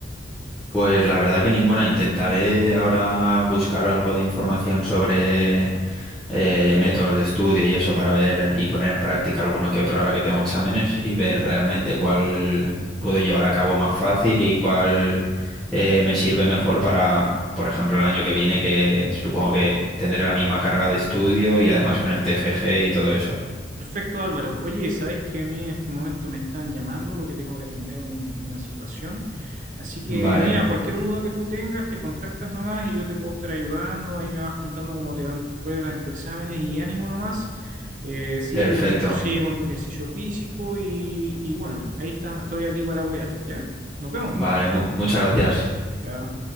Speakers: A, in the centre; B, on the right (about 40°).
A: Pues la verdad que ninguna. Intentaré ahora buscar algo de información sobre eh, métodos de estudio y eso para ver y poner en práctica alguno que otro ahora que tengo exámenes y ver realmente cuál puedo llevar a cabo más fácil y cuál eh, me sirve mejor para, por ejemplo, el año que viene, que supongo que tendré la misma carga de estudio y además con el TFG y todo eso.
B: Perfecto, Álvaro. Oye, sabes que a mí en este momento me están llamando porque tengo que atender un- una situación. Así que,
A: Vale,
B: mira, cualquier duda que tú tengas, te contactas nomás y yo te puedo estar ayudando. Ahí me vas contando cómo te van tus pruebas, en tus exámenes y ánimo nomás. Eh, sigue
A: perfecto.
B: con, sigue con tu ejercicio físico y, y bueno, ahí está, estoy aquí para apoyarte, ¿ya? Nos vemos.
A: Vale, mu- muchas gracias.
B: Ya.